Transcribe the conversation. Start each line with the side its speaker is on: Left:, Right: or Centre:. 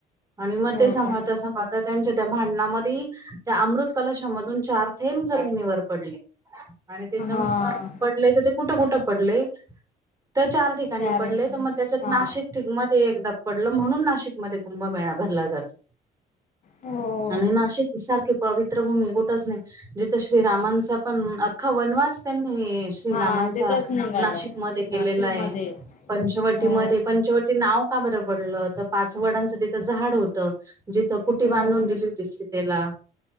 Right: आणि मग
Left: हो
Right: ते सभता
Left: का
Right: सभता त्यांच्या त्या भांडणा म त्या अमृत कलशामधुन चार थेंब जमिनीवर पडले आणि ते ज
Left: हा
Right: पडले तर ते कुठं कुठं पडले त्या चार ठिकाणी
Left: चालेल
Right: पडले तर मग त्याच्यात
Left: हा
Right: नाशिक मध्ये एकदा पडलं म्हणून नाशिकमध्ये कुंभमेळा भरला जातो
Left: हो
Right: आणि नाशिक सारखे पवित्र भूमी कुठच नाही जिथे श्रीरामांचा पण अख्खा वनवास हे श्रीरामांचा
Left: हा तिथंच निघालं
Right: नाशिक मध्ये
Left: नाशिक
Right: गेलेला आहे
Left: मध्ये
Right: पंचवटीमध्ये
Left: हो
Right: पंचवटी नाव का बरब पडलं तर पाच वडांचं तिथं झाड होतं जिथं कुटी
Left: हो
Right: बांधून दिली होती सीतेला